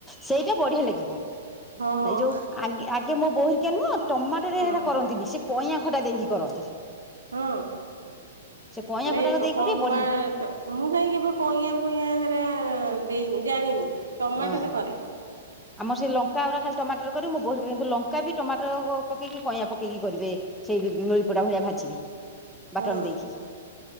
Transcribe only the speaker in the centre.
ସେଇଟା ବଢିଆ ଲାଗିବ।
ନାଇଁ ଯୋଉ ଆଗେ ମୋ ବୋଉ ଘରିକା ନୁହଁ ଟମାଟୋରେ
ସେଟା କରନ୍ତି ସେ କଇଁଆ ଟା ଦେଇକି କରନ୍ତି।
ସେ କଇଁଆ
ଖଟା
ଦେଇ
କରିବେ ବଢିଆ
ହଁ
ଆମର ସେ ଲଙ୍କା ଗୁରା ଖାଲି ଟମାଟର କରିବି ମୋ ବୋଉ ଲଙ୍କା ବି ଟମାଟର ପକେଇକି କଇଁଆ ପକେଇକି କରିବେ? ସେଇ ନଳିପଟା ଭଳିଆ ଭାଜିବି ବାଟଣ
ଦେଇକି